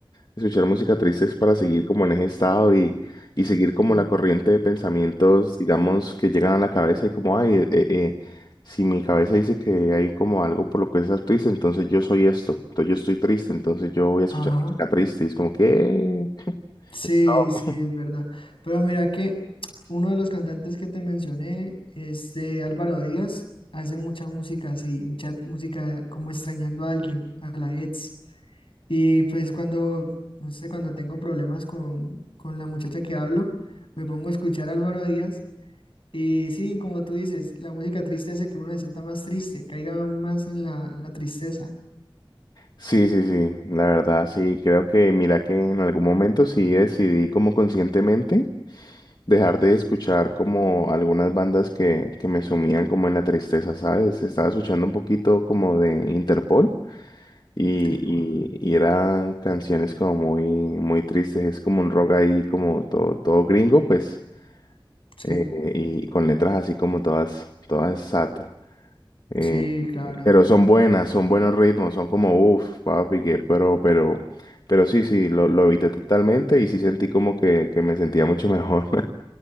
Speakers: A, on the left (about 50°); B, on the left (about 75°).
A: escuchar música triste es para seguir como en ese estado y, y seguir como
B: ujú.
A: la corriente de pensamientos, digamos, que llegan a la cabeza y como, ay, eh, eh, eh, si mi cabeza dice que hay como algo por lo que estás triste, entonces yo soy esto, entonces yo estoy triste, entonces yo voy a escuchar
B: Ajá.
A: música triste y es como que... <laughs>
B: Sí,
A: No.
B: sí, es verdad. Pero mira que uno de los cantantes que te mencioné, este Álvaro Díaz, hace mucha música así, mucha música como extrañando a alguien, a la ex. Y pues cuando, no sé, cuando tengo problemas con, con la muchacha que hablo, me pongo a escuchar a Álvaro Díaz. Y sí, como tú dices, la música triste hace que uno se sienta más triste, caiga aún más en la, en la tristeza.
A: Sí, sí, sí, la verdad, sí, creo que mira que en algún momento sí decidí como conscientemente. dejar de escuchar como algunas bandas que, que me sumían como en la tristeza, ¿sabes? Estaba escuchando un poquito como de Interpol y,
B: Interpol.
A: y, y eran canciones como muy, muy tristes, es como un rock ahí como todo, todo gringo, pues,
B: Sí,
A: eh, y con letras así como todas, todas sad. eh,
B: sí, claro.
A: eh, pero son buenas, son buenos ritmos, son como, uff, papi, que pero, pero, pero sí, sí, lo, lo evité totalmente y sí sentí como que, que me sentía mucho <laughs> mejor.